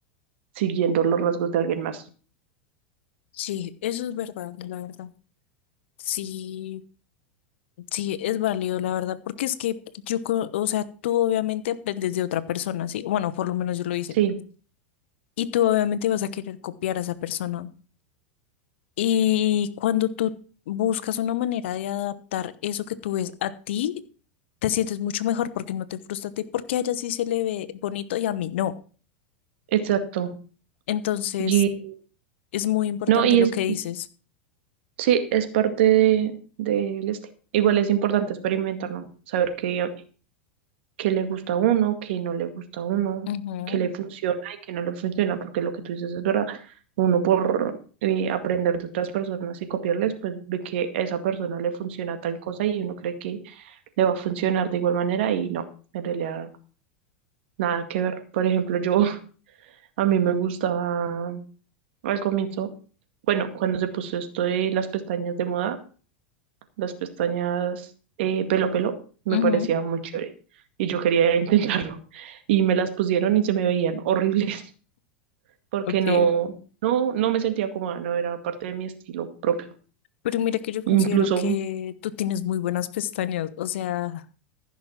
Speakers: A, on the right (about 65°); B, on the left (about 75°).
A: siguiendo los rasgos de alguien más.
B: Sí, eso es verdad, la verdad. Sí, sí, es válido, la verdad, porque es que yo, co- o sea, tú obviamente aprendes de otra persona, ¿sí? Bueno, por lo menos yo lo hice.
A: Sí,
B: Y tú obviamente vas a querer copiar a esa persona. Y cuando tú buscas una manera de adaptar eso que tú ves a ti, te sientes mucho mejor porque no te frustra a ti, porque a ella sí se le ve bonito y a mí no.
A: exacto.
B: Entonces,
A: Y
B: es muy importante
A: no, y
B: lo
A: es,
B: que dices.
A: sí, es parte de, del este. Igual es importante experimentar, ¿no? Saber qué, qué le gusta a uno, qué no le gusta a uno,
B: Ujú,
A: qué le funciona y qué no le funciona, porque lo que tú dices es verdad. Uno por eh, aprender de otras personas y copiarles, pues ve que a esa persona le funciona tal cosa y uno cree que le va a funcionar de igual manera y no, en realidad nada que ver. Por ejemplo, yo <laughs> a mí me gustaba al comienzo, bueno, cuando se puso esto de las pestañas de moda, las pestañas eh, pelo a pelo, me
B: ujú,
A: parecía muy chévere y yo quería <laughs> intentarlo y me las pusieron y se me veían horribles <laughs> porque
B: ok.
A: no, no, no me sentía cómoda, no era parte de mi estilo propio.
B: Pero mira que yo considero
A: Incluso
B: que tú tienes muy buenas pestañas, o sea.